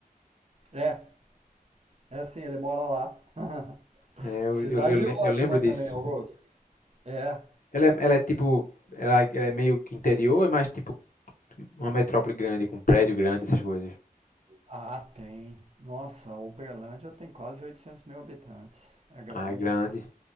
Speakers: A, on the right; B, on the left.
A: É, é assim, ele mora lá. <laughs>
B: É, eu,
A: Cidade
B: eu, eu le-
A: ótima
B: eu lembro disso.
A: também, Augusto. É.
B: Ela é, ela é tipo, ela, ela é meio que interior, ou é mais tipo uma metrópole grande, com prédio grande, essas coisas.
A: Ah, tem. Nossa, Uberlândia tem quase 800 mil habitantes. É grande.
B: Ah, é grande.